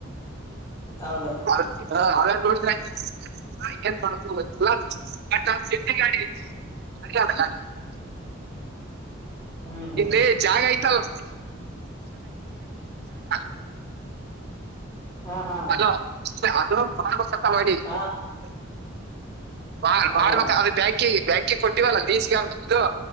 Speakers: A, on the left; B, on the right.
A: ಹೌದು
B: <unintelligible> <unintelligible>
A: ಹ್ಮ್ ಹ್ಮ್
B: ಇಲ್ಲಿ ಜಾಗ ಆಯ್ತಿ ಅಲ್ಲಾ <unintelligible>
A: ಹಾ ಹಾ
B: ಹಲೋ <unintelligible> ಅದು ತರಾರಸ್ <unintelligible>
A: ಹಾ
B: ಬಾಳ್
A: ಹೌದಾ
B: ಬಾಳ್ <unintelligible> ಬ್ಯಾಂಕಿಗಿ. ಬ್ಯಾಂಕಿಗೆ ಕೊಟ್ಟಿವಲ್ಲ <unintelligible>